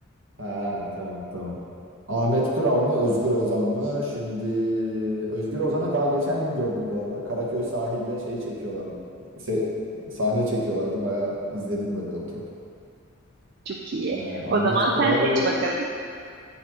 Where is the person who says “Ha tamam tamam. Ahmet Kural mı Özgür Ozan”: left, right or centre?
Right